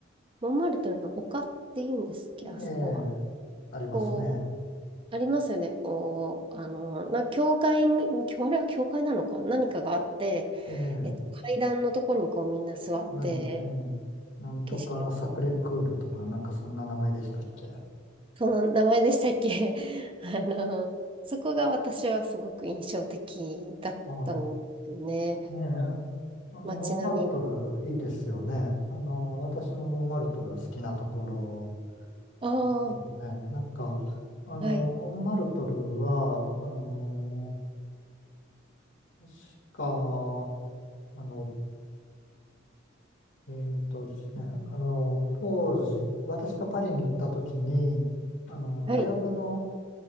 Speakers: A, on the right (about 25°); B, on the left (about 70°).
A: モンマルトルの丘っていうんですっけ、あそこは。
B: ええ、ありますね。
A: こありますよね。こう、あの、な、教会に、教あれは教会なのか、何かがあって、
B: ええ、
A: えっと、階段のとこにこうみんな座って、
B: なん、ええ、なんとかサクレクールとか、
A: 景色を、
B: なんかそんな名前でしたっけ。
A: その名前でしたっけ <laughs> あの、そこが私はすごく印象的だったんですよね。
B: あ、ねえ、あの、
A: 街並み。
B: モンマルトルいいですよね。あの、私もモンマルトル好きなところ
A: ああー、
B: ですよね。なんか、あの、
A: はい。
B: モンマルトルは、あの、確か、あの、えーとですね、
A: うん
B: あの、当時、私がパリに行った時に、あの、
A: はい。
B: 大学の、